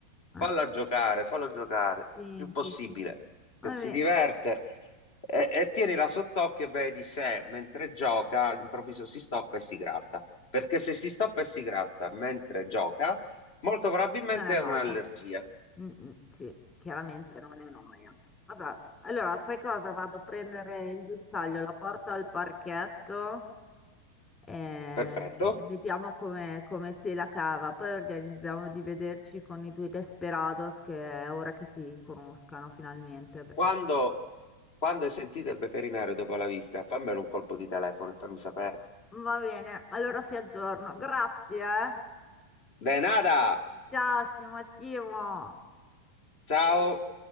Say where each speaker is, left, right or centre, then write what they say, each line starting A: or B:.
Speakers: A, on the left (about 25°); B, on the left (about 55°).
A: Eh,
B: falla giocare, fallo giocare,
A: sì,
B: più possibile.
A: sì, sì. Vabbè,
B: Se si diverte, e, e tienila sott'occhio e vedi se mentre gioca all'improvviso si stoppa e si gratta. Perché se si stoppa e si gratta mentre gioca, molto probabilmente
A: non è noia.
B: è un'allergia.
A: Mm, mm, sì, chiaramente non è noia. Vabbè, allora fai cosa? Vado a prendere il guinzaglio, la porto al parchetto e,
B: Perfetto.
A: e vediamo come, come si la cava. Poi organizziamo di vederci con i due desperados che è ora che si conoscano finalmente. Perché...
B: Quando, quando hai sentito il veterinario dopo la visita, fammelo un colpo di telefono e fammi sapere.
A: Va bene, allora ti aggiorno. Grazie. eh.
B: De nada!
A: Ciao, Simo, Simo.
B: Ciao!